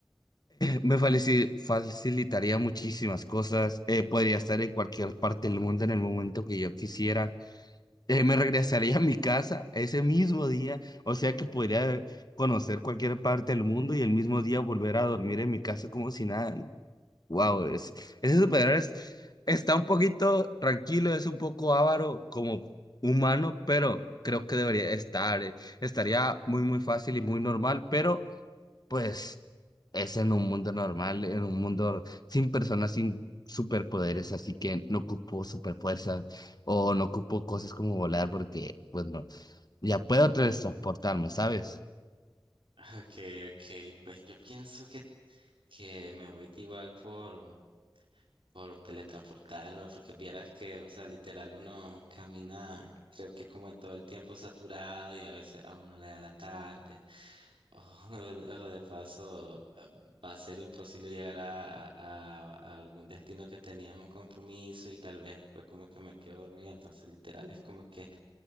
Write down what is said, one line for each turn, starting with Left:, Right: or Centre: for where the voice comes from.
Left: Me falici- facilitaría muchísimas cosas. eh, podría estar en cualquier parte del mundo en el momento que yo quisiera. eh, me regresaría a mi casa ese mismo día. O sea que podría conocer cualquier parte del mundo y el mismo día volver a dormir en mi casa como si nada. Wow, es, ese superhéroe es- está un poquito tranquilo, es un poco avaro como humano, pero creo que debería estar. eh, estaría muy, muy fácil y muy normal, pero. Pues es en un mundo normal, en un mundo sin personas, sin superpoderes, así que no ocupo superfuerzas o no ocupo cosas como volar porque, pues no, ya puedo transportarme, ¿sabes?
Right: <laughs> Ok, ok, pues yo pienso que, que me voy igual por por teletransportarme, porque vieras que, o sea, literal uno camina, creo que como en todo el tiempo saturado y a veces a uno le da la tarde, <laughs> o, de o de paso eh, va a ser imposible llegar a, a- a algún destino que teníamos compromiso y tal vez fue como que me quedo dormida, entonces literal es como que